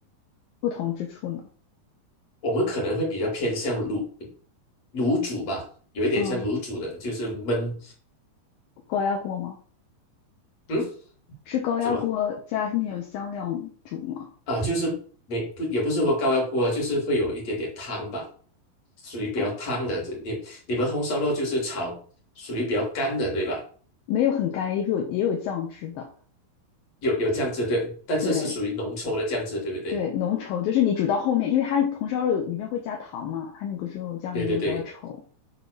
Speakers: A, on the left; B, on the left.
A: 不同之处呢？
B: 我们可能会比较偏向卤卤煮吧，有一点像卤煮的，
A: 嗯，
B: 就是焖，
A: 高压锅吗？
B: 嗯，
A: 是高压锅加那种香料煮吗？
B: 什么啊？就是没不也不是说高压锅啊就是会有一点点汤吧，属于比较汤的。
A: 啊，
B: 这你你们红烧肉就是炒，属于比较干的，对吧？
A: 没有很干，也有也有酱汁的。
B: 有有酱汁对，但是是属于浓稠的酱汁，
A: 对
B: 对不对？
A: 对，浓稠就是你煮到后面，因为它红烧肉里面会加糖嘛，它那个猪肉酱汁就比较稠
B: 对对对，